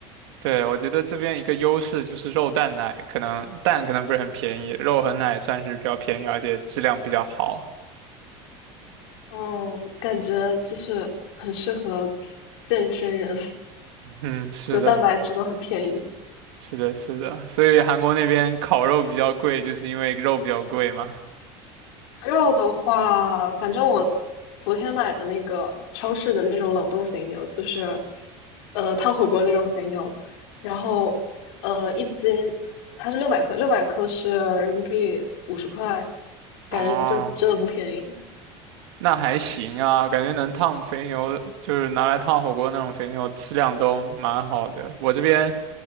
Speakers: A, on the right (about 80°); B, on the left (about 75°).
A: 对，我觉得这边一个优势就是肉蛋奶，可能蛋可能不是很便宜，肉和奶算是比较便宜，而且质量比较好。
B: 哦，感觉就是很适合健身人，
A: <laughs> 嗯，
B: <laughs>
A: 是的，
B: 就蛋白质都很便宜。
A: 是的，是的，所以韩国那边烤肉比较贵，就是因为肉比较贵嘛。
B: 肉的话，反正我昨天买的那个超市的那种冷冻肥牛，就是呃烫火锅那种肥牛，然后呃一斤它是六百克，六百克是人民币五十块，感觉就真的不便宜。
A: 哦，那还行啊，感觉能烫肥牛，就是拿来烫火锅那种肥牛，质量都蛮好的。我这边